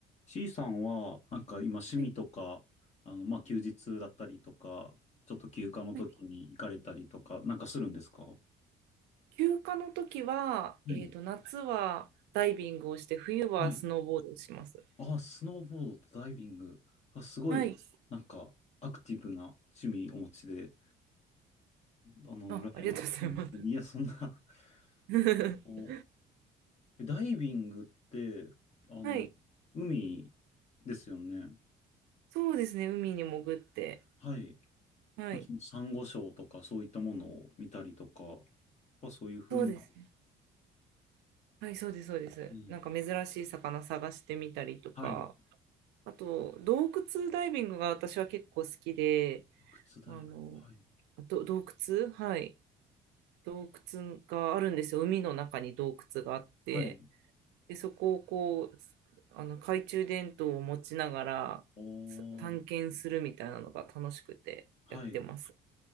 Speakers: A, on the left; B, on the right.
A: C さんは、なんか今趣味とか、
B: はい
A: あの、まあ、休日だったりとか、ちょっと休暇の時に行かれたりとか、
B: はい
A: なんかするんですかは
B: 休暇の時は、
A: い。
B: えっと、夏はダイビングをして、冬はスノーボードをします。
A: はい。ああ、スノーボードとダイビング。あ、すごい、
B: はい。
A: なんか、アクティブな趣味お持ちで、あの、羨ましい。
B: あ、ありがとうございます。
A: いや、そんな
B: <laughs>
A: <laughs> お、ダイビングって、あの、
B: はい。
A: 海ですよね。
B: そうですね。海に潜って。
A: はい。
B: はい。
A: なんかそのサンゴ礁とかそういったものを見たりとか、まあ、そういう風な、
B: そうですね。はい、そうです、そうです。
A: うん
B: なんか珍しい魚探してみたりとか、
A: はい。
B: あと、洞窟ダイビングが私は結構好きで、
A: 靴だよ。
B: あの、
A: はい。
B: ど、洞窟はい。洞窟があるんですよ。海の中に洞窟があって。
A: はい。
B: で、そこをこう、あの懐中電灯を持ちながらす探検するみたいなのが楽しくてやってます。
A: おー。はい。